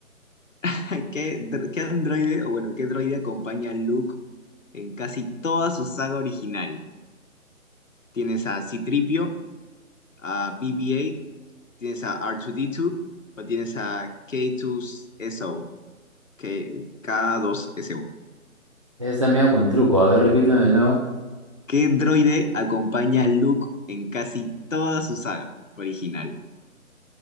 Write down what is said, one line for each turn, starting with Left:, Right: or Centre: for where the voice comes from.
Left: <laughs> qué, dr- qué androide, o bueno, qué droide acompaña a Luke en casi toda su saga original? ¿Tienes a C-3PO, a BB-8, tienes a c 3 po a bb tienes a r 2 d 2 o tienes a K2SO, K- K2SO?
Right: Esta medio con truco. A ver, repíteme de nuevo.
Left: ¿Qué droide acompaña a Luke en casi toda su saga original?